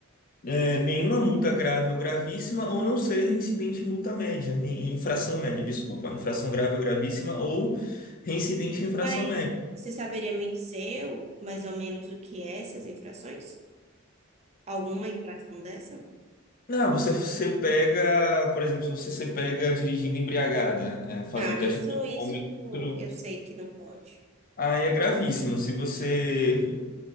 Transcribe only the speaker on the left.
é, nenhuma multa grave ou gravíssima, ou não ser reincidente em multa média, em em infração média, desculpa, infração grave ou gravíssima, ou reincidente em infração
média.
Não, você você pega, por exemplo, se você se pega dirigindo embriagada, né, fazer
um teste
de alcoólmetro,
aí é gravíssimo. Se você